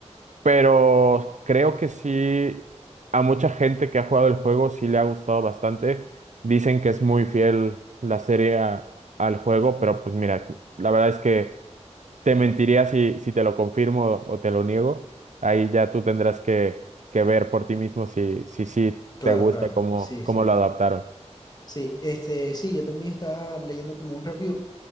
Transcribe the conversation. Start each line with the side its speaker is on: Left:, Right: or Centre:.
Right: pero creo que sí, a mucha gente que ha jugado el juego sí le ha gustado bastante. Dicen que es muy fiel la serie a- al juego, pero pues mira, la verdad es que te mentiría si, si te lo confirmo o te lo niego. Ahí ya tú tendrás que, que ver por ti mismo si, si, sí
Left: Claro,
Right: te gusta
Left: claro,
Right: cómo,
Left: sí, sí.
Right: cómo lo adaptaron.
Left: Sí, este, sí, yo también estaba leyendo como un review